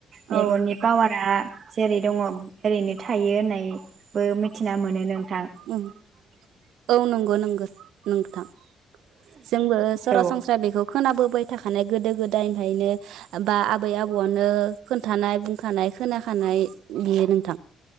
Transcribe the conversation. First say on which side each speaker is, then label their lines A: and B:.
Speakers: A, on the right; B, on the right.
A: मेगननि
B: औ
A: पावारा दा जेरै दङब ओरैनो थायो होननायबो मिथिना मोनो नों
B: उम औ नोंगौ नोंगो। नोंथां। जोंबो सरासनस्रा
A: औ
B: बेखौ खोनाबोबायथ थाखानाय गोदो गोदायनिफायनो बा आबै आबौआनो खोन्थानाय बुंखानाय खोनाखानाय बेयो नोंथां